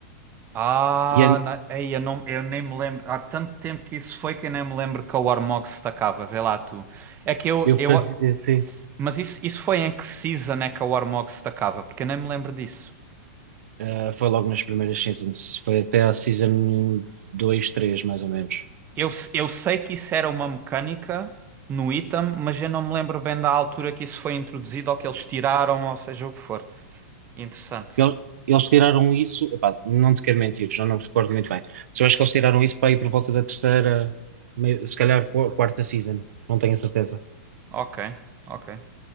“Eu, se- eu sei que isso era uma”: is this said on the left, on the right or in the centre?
Right